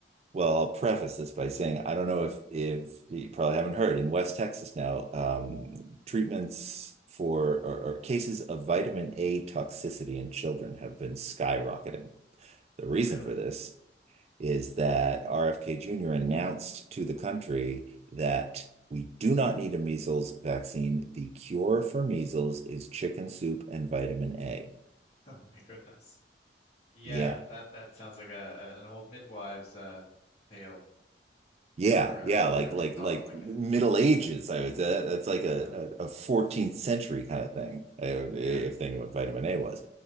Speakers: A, on the right; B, on the left.
A: Well, I'll preface this by saying I don't know if if you probably haven't heard in West Texas now, um, treatments for or, or cases of vitamin A toxicity in children have been skyrocketing. The
B: Oh,
A: reason
B: really?
A: for this
B: <laughs>
A: is that RFK Jr. announced to the country that we do not need a measles vaccine. The cure for measles is chicken soup and vitamin A.
B: Oh my goodness. Yeah,
A: Yeah.
B: that that sounds like a, a an old midwives uh tale
A: Yeah,
B: or uh,
A: yeah, like
B: whatever
A: like
B: you call
A: like
B: it. Like
A: Middle
B: a
A: Ages. I would say that's like
B: yeah,
A: a a 14th century kind of thing, uh,
B: yeah.
A: if they knew what vitamin A was.